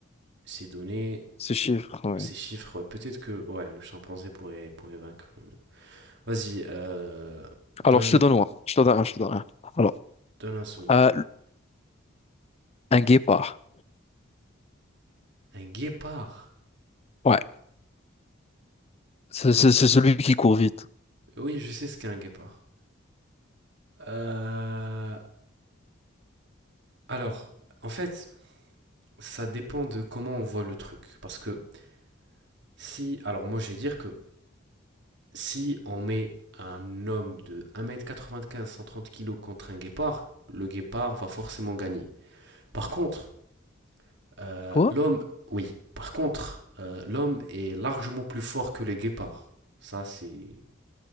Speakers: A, on the right (about 60°); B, on the left (about 30°).
A: ces données,
B: Ces chiffres, ouais.
A: ces chiffres, ouais, peut-être que, ouais, le chimpanzé pourrait, pourrait vaincre l'humain. Vas-y, euh, donne,
B: Alors, je te donne un. Je te donne un, je te donne un. Alors,
A: donne un second
B: euh,
A: animal.
B: un guépard.
A: Un guépard.
B: Ouais. C'est c'est- c'est celui qui court vite.
A: Oui, je sais ce qu'est un guépard. Euh, alors, en fait, ça dépend de comment on voit le truc, parce que Si, alors moi je vais dire que si on met un homme de un mètre quatre-vingt-quinze cent trente kilos contre un guépard, le guépard va forcément gagner. Par contre, euh,
B: Quoi?
A: l'homme, oui, par contre, euh, l'homme est largement plus fort que les guépards. Ça, c'est,